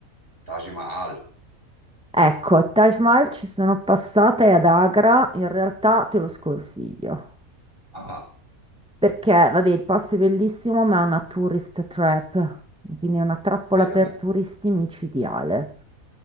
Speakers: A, on the right (about 40°); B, in the centre.
A: Taj Mahal.
B: Ecco, a Taj Mahal ci sono passata e ad Agra in realtà te lo sconsiglio.
A: Ah,
B: Perché, vabbè, il posto è bellissimo, ma è una tourist trap, quindi è una trappola
A: Vero?
B: per turisti micidiale.